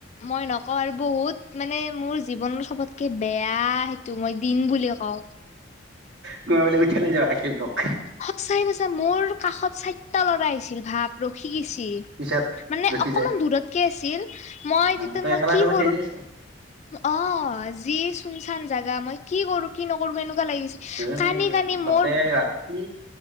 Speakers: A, on the left; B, on the right.
A: মই নকওঁ আৰু বহুত মানে মোৰ জীৱন চবতকে বেয়া। তো মই দিন বুলি কওঁ।
B: <unintelligible>
A: সঁচাই সচাই মোৰ কাষত চাৰিটা লৰা আহিছিল ভাপ ৰখি গৈছিল।
B: পিছত
A: মানে
B: ৰখি
A: অকমান
B: যায়
A: দূৰতকে আছিল। মই
B: অ
A: তেতিয়া
B: তই
A: মই
B: অকলে অকলে
A: কি কৰো
B: থিয় দি আছ
A: অ যি। চুন চান জাগা মই কি কৰো কি নকৰো এনেকুৱা লাগিছে
B: এ
A: কান্দি কান্দি
B: তাতে
A: মোৰ।
B: ৰাতি